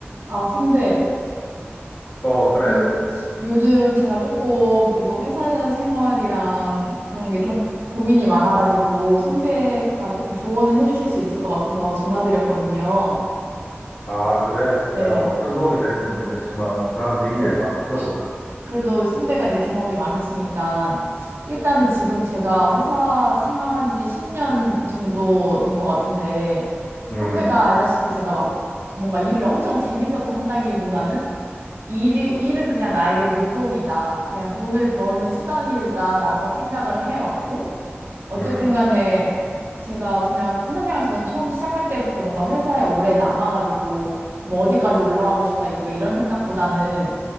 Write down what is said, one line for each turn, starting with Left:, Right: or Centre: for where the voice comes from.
Right: 아, 선배,
Left: 어, 그래.
Right: 요, 요즘 제가 조금 이거 회사 생활이랑 그런 게 좀 고민이 많아가지고 선배가 조금 조언을 해주실 수 있을 것 같아서 전화드렸거든요.
Left: 아, 그래. 내가
Right: 예,
Left: 막 큰 도움이 될지 모르겠지만, 그럼 얘기해봐.
Right: 예.
Left: 한번 들어보자.
Right: 그래도 선배가 이제 경험이 많으시니까 일단은 지금 제가 회사 생활한 지 10년 정도 된 것 같은데
Left: 음,
Right: 선배가 알다시피 제가 막 뭔가 일을 엄청 재밌어서 한다기보다는 일, 일은 그냥 나에게 노동이다. 그냥 돈을 버는 수단이다라고 생각을 해왔고, 어쨌든
Left: 음,
Right: 간에 제가 그냥 회사 생활 저는 처음 시작할 때부터 뭔가 회사에 오래 남아가지고 뭐 어디까지 올라가고 싶다, 그러니까 이런 생각보다는